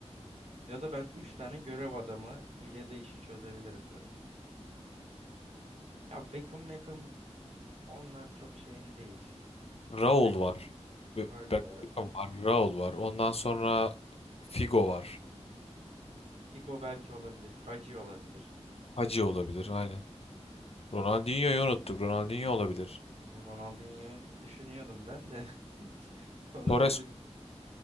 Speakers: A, on the right; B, on the left.
A: Ya da ben üç tane görev adamı ile de işi çözebilirim tabii. Ya Beckham Beckham onlar çok şeyim değil.
B: Raul
A: Ya Be-
B: var. Be-
A: rol
B: Be-
A: var.
B: Beckham var. Raul var. Ondan sonra Figo var.
A: Figo belki olabilir. Hacı olabilir.
B: Hacı olabilir aynen. Ronaldinho'yu unuttuk. Ronaldinho olabilir.
A: Bu Ronaldinho'yu düşünüyordum ben de. <laughs> Sonra
B: Torres,
A: dedim